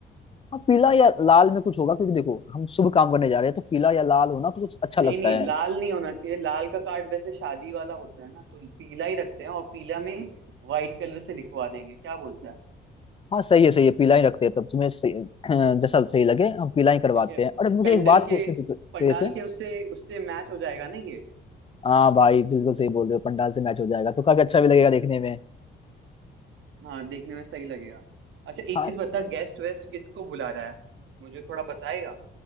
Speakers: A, on the left (about 30°); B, on the right (about 80°).
A: हाँ पीला या लाल में कुछ होगा क्योंकि देखो हम शुभ काम करने जा रहे हैं तो पीला या लाल होना तो कुछ अच्छा
B: नहीं
A: लगता
B: नहीं
A: है
B: लाल नहीं होना चाहिए लाल का कार्ड वैसे शादी वाला होता है ना तो पीला ही रखते हैं और पीला में व्हाइट कलर से लिखवा देंगे क्या बोलता है
A: हाँ सही है सही है पीला ही रखते हैं तब तुम्हें सही, <clears throat> जैसा सही लगे हम पीला ही करवाते
B: ठीक है
A: हैं अरे मुझे
B: पेंडल
A: एक बात पूछनी
B: के
A: थी तो, तेरे
B: पंडाल
A: से
B: के उससे उससे मैच हो जाएगा ना ये।
A: हाँ भाई बिल्कुल सही बोल रहे हो पंडाल से मैच हो जाएगा तो काफी अच्छा भी लगेगा देखने में
B: हाँ देखने में सही लगेगा अच्छा एक
A: हाँ
B: चीज बता गेस्ट वेस्ट किसको बुला रहा है मुझे थोड़ा बताएगा